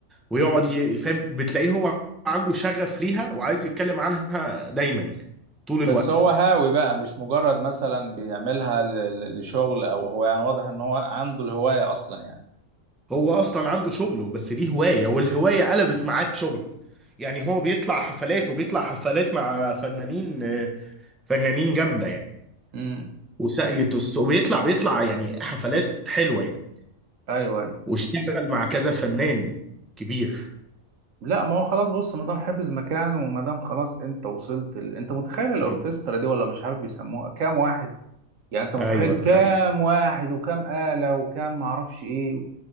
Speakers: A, in the centre; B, on the right.
A: ويقعد ي- فاهم بتلاقيه هو عنده شغف ليها وعايز يتكلم عنها دايما يعني طول
B: بس
A: الوقت
B: هو هاوي بقى مش مجرد مثلا بيعملها ل- ل- لشغل او هو يعني واضح ان هو عنده الهواية اصلا يعني
A: هو اصلا عنده شغله بس دي هواية والهواية قلبت معاه بشغل يعني هو بيطلع حفلات وبيطلع حفلات مع فنانين آه، فنانين جامده يعني
B: امم
A: وساقية الصوت بيطلع بيطلع يعني حفلات حلوه يعني
B: ايوه ايوه
A: واشتغل مع كذا فنان كبير
B: لا ما هو خلاص بص ما دام حافظ مكانه وما دام خلاص انت وصلت ال... انت متخيل الاوركسترا
A: مم.
B: دي ولا مش عارف بيسموها كام واحد يعني انت متخيل
A: ايوه
B: كام
A: ده حقيقي
B: واحد وكام آلة وكام معرفش ايه